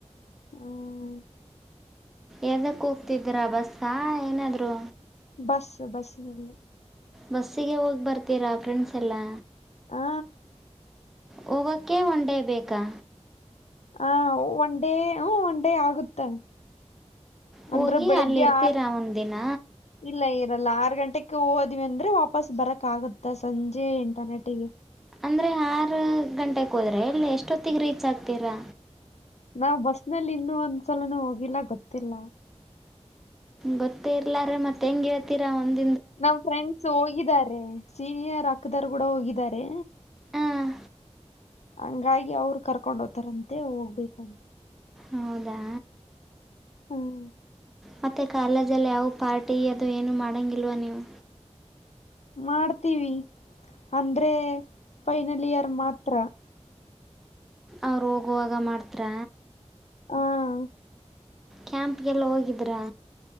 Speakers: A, on the left (about 70°); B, in the centre.
A: ಹ್ಮ್
B: ಎದಕ್ ಹೋಗ್ತಿದೀರಾ ಬಸ್ಸಾ ಏನಾದ್ರು
A: ಬಸ್ ಬಸ್ಸಿನಲ್ಲಿ
B: ಬಸ್ಸಿಗೆ ಹೋಗಿ ಬರ್ತೀರಾ ಫ್ರೆಂಡ್ಸ್ ಎಲ್ಲಾ
A: ಹಾ
B: ಹೋಗಕ್ಕೇ ಒಂಡೇ ಬೇಕಾ
A: ಹ ಒನ್ ಡೇ ಹ ಒನ್ ಡೇ ಆಗುತ್ತೆ
B: ಹೋಗಿ
A: ಅಂದ್ರೆ ಬೆಳಿಗ್ಗೆ
B: ಅಲ್ಲಿ ಇರ್ತೀರಾ
A: ಆರ್
B: ಒಂದಿನ
A: ಇಲ್ಲ ಲ್ಲ ಆರ್ರು ಗಂಟೆಗೆ ಹೋದ್ವಿ ಅಂದ್ರೆ ವಾಪಸ್ ಬರಕ್ ಆಗುತ್ತಾ ಸಂಜೆ ಇಂಟರ್ನೆಟಿಗೆ
B: ಅಂದ್ರೆ ಆರು ಗಂಟೆಗೆ ಹೋದ್ರೆ ಇಲ್ಲಿ ಎಷ್ಟೊತ್ತಿಗೆ ರೀಚ್ ಆಗ್ತೀರಾ
A: ನಾವ್ ಬಸ್ನಲ್ಲಿ ಇನ್ನು ಒಂದ್ಸಲನು ಹೋಗಿಲ್ಲ ಗೊತ್ತಿಲ್ಲ
B: ಗೊತ್ತೇ ಇರ್ಲಾರ ಮತ್ತೆ ಹೆಂಗ ಹೇಳ್ತೀರಾ ಒಂದ
A: ನಮ್ ಫ್ರೆಂಡ್ಸ್ ಹೋಗಿದ್ದಾರೆ ಸೀನಿಯರ್ ಅಕ್ಕದಾರ ಕೂಡ ಹೋಗಿದ್ದಾರೆ
B: ಹಾಂ
A: ಹಂಗಾಗಿ ಅವ್ರು ಕರ್ಕೊಂಡೋಗ್ತಾರಂತೆ ಹೋಗ್ಬೇಕಂತೆ
B: ಹೌದಾ
A: ಹ್ಮ್
B: ಮತ್ತೆ ಕಾಲೇಜಲ್ಲಿ ಯಾವ ಪಾರ್ಟಿ ಅದು ಏನುೂ ಮಾಡಂಗಿಲ್ವಾ ನೀವು
A: ಮಾಡ್ತೀವಿ ಅಂದ್ರೆ ಫೈನಲ್ ಇಯರ್ ಮಾತ್ರ
B: ಅವ್ರು ಹೋಗುವಾಗ ಮಾಡ್ತಾರ
A: ಹ್ಮ
B: ಕ್ಯಾಂಪ್ಗೆಲ್ಲ ಹೋಗಿದ್ರಾ.